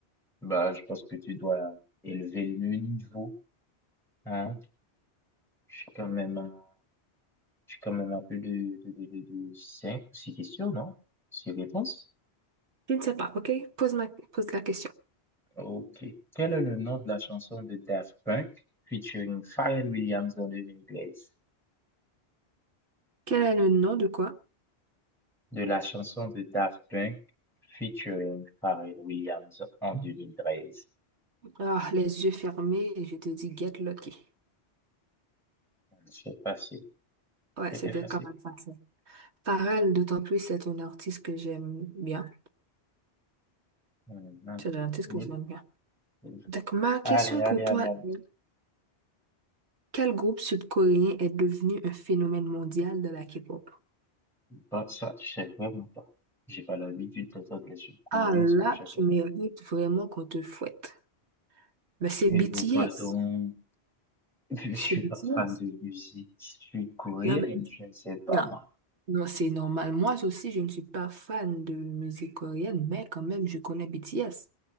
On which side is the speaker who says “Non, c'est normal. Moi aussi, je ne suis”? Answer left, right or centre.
Right